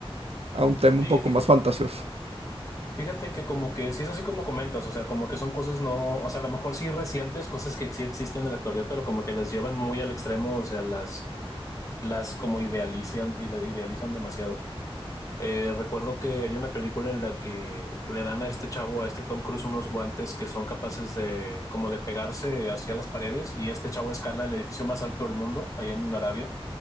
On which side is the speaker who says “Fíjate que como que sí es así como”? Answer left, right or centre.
Left